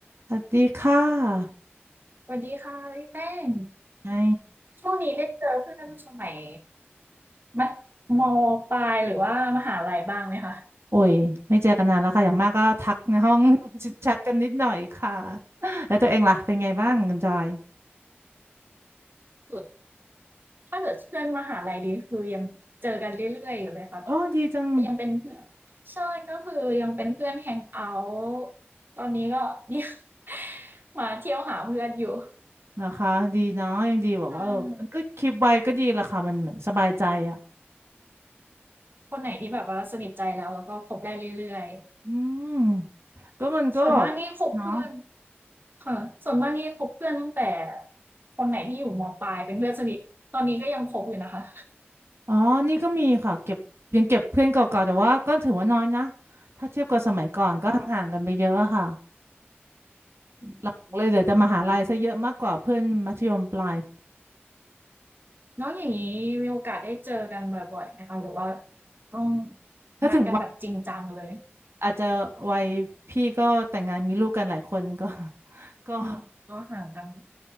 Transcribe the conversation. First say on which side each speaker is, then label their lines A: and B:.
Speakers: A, on the right; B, on the right.
A: สวัสดีค่ะ
B: สวัสดีค่ะพี่แป้ง
A: ไอ้
B: ช่วงนี้ได้เจอเพื่อนสมัยมัธมปลายหรือว่ามหาลัยบ้างไหมคะ
A: โอ้ย ไม่เจอกันนานแล้วค่ะอย่างมากก็ทักในห้อง <laughs> แชทกันนิดหน่อยค่ะแล้วตัวเองล่ะเป็นไงบ้างคุณจอย
B: สุดถ้าเกิดเพื่อนมหาลัยดีคือยังเจอกันเรื่อยๆอยู่เลยค่ะแบบ
A: โอ้ดีจัง
B: ก็ยังเป็นเพื่อนใช่ก็คือยังเป็นเพื่อนแฮงเอาท์ตอนนี้ก็เนี่ย <laughs> มาเที่ยวหาเพื่อนอยู่
A: เหรอคะดีเนาะยังดีแบบว่าเออมันก็คลิปไว้ก็ดีละค่ะมันเหมือนสบายใจอ่ะ
B: อ่าคนไหนที่แบบว่าสนิทใจแล้วแล้วก็คบได้เรื่อยๆ
A: อืม ก็มันก็แบบเนาะ
B: ส่วนมากนี่คบเพื่อนค่ะส่วนมากนี่คบเพื่อนตั้งแต่คนไหนที่อยู่มปลายเป็นเพื่อนสนิทตอนนี้ก็ยังคบอยู่นะคะ
A: อ๋อนี่ก็มีค่ะเก็บยังเก็บเพื่อนเก่าๆ แต่ว่าก็ถือว่าน้อยนะ ถ้าเทียบกับสมัยก่อนก็ห่างๆกันไปเยอะอะค่ะ
B: อืม
A: หลักๆเลยเหลือแต่มหาลัยซะเยอะมากกว่าเพื่อนมัธยมปลาย
B: แล้วอย่างนี้มีโอกาสได้เจอกันบ่อยๆไหมคะหรือว่าต้อง
A: ถ้าถึง
B: นัดกันแบบจริงจังเลย
A: อาจจะวัยพี่ก็แต่งงานมีลูกกันหลายคนก็ <laughs> ก็
B: อืมก็ห่างกัน
A: <laughs>